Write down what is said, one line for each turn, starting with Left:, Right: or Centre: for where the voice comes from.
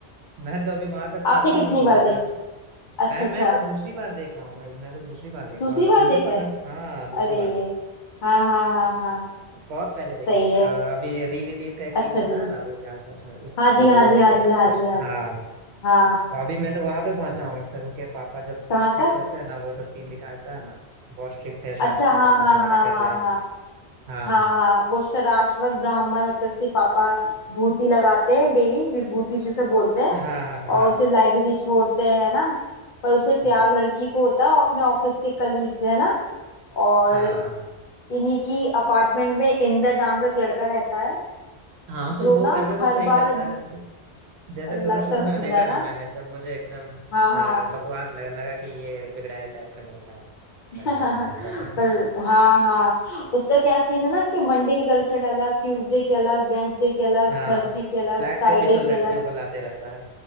Right: मैं तो अभी वहां तक पहुंचा
Left: आपने कितनी
Right: हूँ
Left: बार देखी
Right: जब
Left: अच्छा
Right: मैं मैं
Left: अच्छा
Right: तो दूसरी बार देख रहा हूँ भाई मैं तो दूसरी बार देख
Left: दूसरी
Right: रहा हूँ और
Left: बार
Right: मुझे
Left: देख रहे
Right: पसंद
Left: हैं
Right: हाँ दूसरी
Left: अरे
Right: बार देख रहा हूँ
Left: हाँ हाँ हाँ हाँ
Right: बहुत पहले देखी
Left: सही
Right: थी
Left: है
Right: अ, अभी री रिलीज का एक सीन
Left: अच्छा
Right: चला
Left: जी
Right: है ना अभी आस पास में उस
Left: हाँ जी
Right: वो
Left: हाँ जी
Right: देख
Left: हाँ
Right: के
Left: जी
Right: मैं
Left: हाँ
Right: फिर
Left: जी हाँ जी
Right: हाँ
Left: हाँ
Right: तो अभी मैं तो वहां पे पहुंचा हूँ तरुण के पापा जब
Left: कहाँ
Right: स्ट्रिक्ट
Left: तक
Right: होते हैं ना वो सब सीन दिखाता है ना बहुत स्ट्रिक्ट है शादी
Left: अच्छा
Right: के
Left: हाँ
Right: लिए सब
Left: हाँ
Right: मना वना
Left: हाँ
Right: कर रहा है
Left: हाँ
Right: हाँ
Left: हाँ हाँ हाँ वो शराश्वत ब्राह्मण होते हैं, उसके पापा भूति लगाते हैं डेली विभूति जिसे बोलते हैं
Right: हाँ हाँ
Left: और उसे
Right: हाँ
Left: लाइब्रेरी छोड़ते हैं है ना पर उसे प्यार
Right: हाँ
Left: लड़की को होता है और अपने ऑफिस के कलीग से है ना और
Right: हाँ
Left: इन्हीं की अपार्टमेंट में इंदर नाम का एक लड़का रहता है
Right: हाँ हाँ,
Left: जो
Right: वो
Left: ना
Right: वैसे तो
Left: हर
Right: सही लगता
Left: बार
Right: है जैसे
Left: लगता
Right: शुरू शुरू
Left: तो
Right: में
Left: सुंदर
Right: देखा ना
Left: ना
Right: मैंने तो मुझे एकदम अ,
Left: हाँ हाँ
Right: बकवास लगा लगा कि ये बिगड़ैल टाइप का लड़का है
Left: <laughs>
Right: ऐसे ऐसे लगता था
Left: पर हाँ हाँ उसका क्या सीन है ना कि मंडे की गर्लफ्रेंड अलग ट्यूसडे की अलग वेंसडे की अलग
Right: हाँ
Left: थर्सडे की अलग
Right: फ्लैट
Left: फ्राइडे
Right: पे भी तो लड़कियों
Left: की अलग
Right: को लाते रहता है